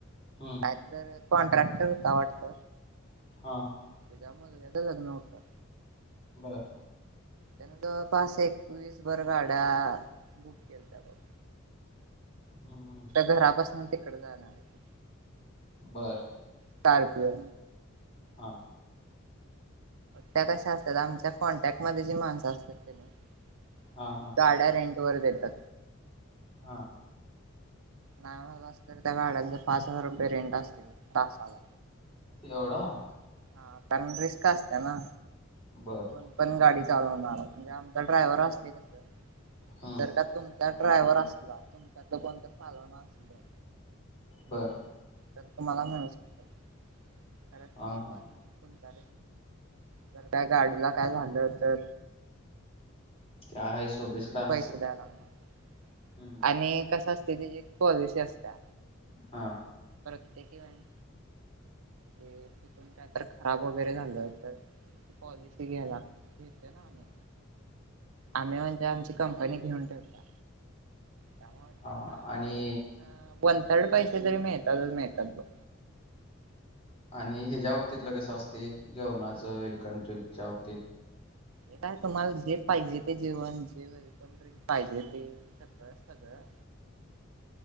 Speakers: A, on the left; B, on the right.
A: हम्म
B: काय तर कॉन्ट्रॅक्ट होता वाटत.
A: हा
B: <unintelligible> लग्न होतं.
A: बरं
B: त्यान जवळ पाच एकवीस भर गाड्या बुक केलत्या बघ.
A: हम्म हम्म
B: घरापासून तिकडे जाणार हो
A: बरं
B: स्कारपिओ
A: हा
B: त्या कशा असतात आमच्या कॉन्टॅक्ट मध्ये जे माणसं असतात का नी
A: हा हा
B: <unintelligible> वर देतात.
A: हा
B: नाहीत त्या गाड्या पाच हजार रुपये रेंट असते तासाला.
A: एवढं!
B: हा कारण रिस्क असत ना.
A: बर!
B: कोण पण गाडी चालवणार म्हणजे आमचा ड्रायव्हर असतोय तस.
A: हम्म
B: जर का तुमचा ड्रायव्हर असला तुमच्यातल कोण तर चालवणार असलं.
A: बर!
B: तर तुम्हाला मिळू शकत. कारण
A: हा
B: ते
A: हा
B: पण? तुमच्या जर काय गाडीला काय झालं तर?
A: ते आहे सोड रे. का आहे
B: पैसे द्याय लागणार
A: हम्म
B: आणि कसं असते ते जी पॉलिसी असत्या.
A: हा!
B: प्रत्येकी <unintelligible> तिथून काय तर खराब वगैरे झाल तर पॉलिसी घ्याला घेते ना आम्ही.
A: <inaudible>
B: आम्ही म्हणजे आमची कंपनी घेऊन ठेवत्या त्यामुळे
A: हा
B: त्यांना
A: आणि
B: पॉलिसी. वन थर्ड पैसे जरी मिळतातच मिळतात बघ.
A: आणि ह्याच्या बाबतीतलं कसं असते? जेवणाच वेलकम ट्रिपच्या बाबतीत.
B: हे काय तुम्हाला जे पाहिजे ते जेवण जे वेलकम ड्रिंक पाहिजे ते सगळं सगळं.